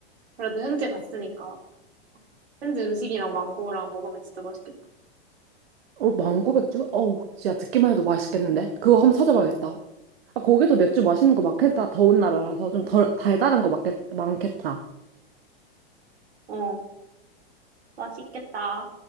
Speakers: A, on the right; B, on the right.
A: 그래도 현지 갔으니까 현지 음식이랑 망고랑 먹으면 진짜 맛있겠다.
B: 어 망고 맥주? 어우 진짜 듣기만 해도 맛있겠는데? 그거 한번 찾아봐야겠다. 아 거기도 맥주 마시는 거 많겠다. 더운 나라라서 좀 덜 달달한 거 많겠, 많겠다.
A: 어, 맛있겠다.